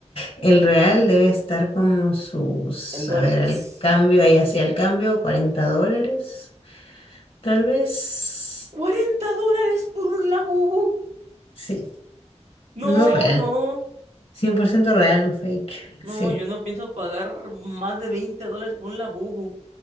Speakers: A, on the left (about 60°); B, on the right (about 70°).
A: El real debe estar como sus,
B: En dólares.
A: a ver, al cambio, ahí hacia el cambio, 40 dólares, tal vez.
B: Cuarenta dólares por un labubu!
A: Sí, no
B: No,
A: real,
B: no,
A: 100% real, no fake,
B: no,
A: sí.
B: yo no pienso pagar más de 20 dólares por un labubu.